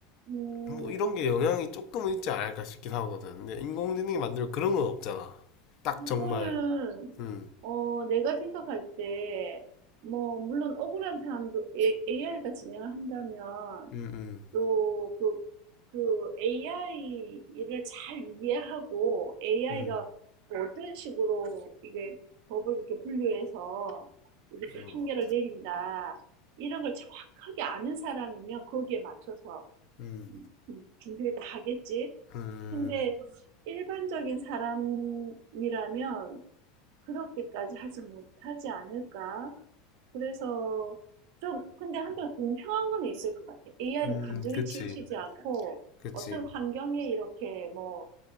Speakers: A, on the right; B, on the left.
A: 음.
B: 뭐 이런 게 영향이 조금은 있지 않을까 싶기도 하거든. 근데 인공지능이 만들면 그런 건 없잖아. 딱
A: 그거는
B: 정말 음
A: 어 내가 생각할 때 뭐 물론 억울한 사람도 AI가 진행을 한다면
B: 음, 음,
A: 또 그 그 AI를 잘 이해하고 AI가
B: 음,
A: 어떤 식으로 이게 법을 이렇게 분류해서 이렇게
B: 어.
A: 판결을 내린다 이런 걸 정확하게 아는 사람이면 거기에 맞춰서
B: 음,
A: 음, 음, 준비를 다 하겠지.
B: 음,
A: 근데 일반적인 사람이라면 그렇게까지 하지 못하지 않을까? 그래서 좀, 근데 한편 공평한 건 있을 것 같아. AI는
B: 음,
A: 감정이
B: 그치,
A: 치우치지 않고,
B: 그치.
A: 어떤 환경에 이렇게 뭐,